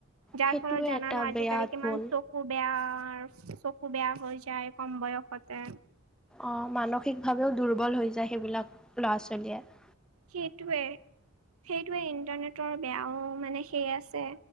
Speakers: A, on the right; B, in the centre.
A: যাৰ
B: সেইটোৱে
A: ফলত জানো
B: এটা
A: আজি
B: বেয়া
A: কালি কিমান
B: গুণ
A: চ চকু বেয়া চকু বেয়া হৈ যায়। কম বয়সতে
B: অঁ মানসিকভাৱেও দুৰ্বল হৈ যায় সেইবিলাক ল'ৰা ছোৱালীয়ে।
A: সেইটোৱে সেইটোৱে ইণ্টাৰনেটৰ বেয়াও মানে সেই আছে।